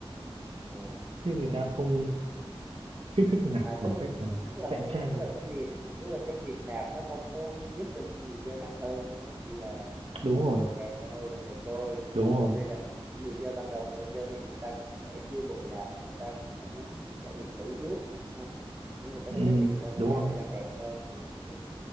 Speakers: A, on the right; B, on the right.
A: Ờ.
B: chứ người ta không kích thích nạp
A: à
B: bằng
A: tức
B: cách
A: là
B: là
A: tức là
B: cạnh
A: cái cái-
B: tranh
A: tức là cái việc tức là cái việc nạp nó không có giúp cho người chơi mạnh hơn đúng không nó chỉ là
B: đúng rồi
A: làm đẹp thôi làm đẹp thôi
B: đúng rồi
A: cho nên là những người chơi ban đầu người ta chơi thì người ta cũng sẽ chưa vội nạp mà người ta cũng đã muốn trải nghiệm thử trước đúng không? nếu người ta
B: ừ.
A: thấy thích thì người ta mới
B: đúng
A: nạp
B: rồi
A: để làm đẹp thôi hiểu hiểu